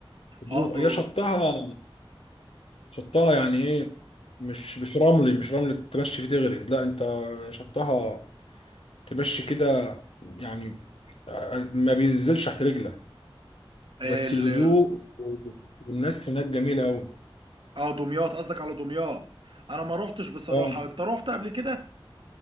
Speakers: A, on the left; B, on the right.
A: هدوء
B: اه ده
A: هي شطها شطها يعني ايه مش مش رملي مش رملي تمشي فيه تغرز لا انت شطها تمشي كده يعني آه، ما بينزلش تحت رجلك
B: ده
A: وبس الهدوء و- والناس هناك جميلة أوي
B: اه دمياط قصدك على دمياط انا ما روحتش بصراحة
A: اه
B: انت روحت قبل كده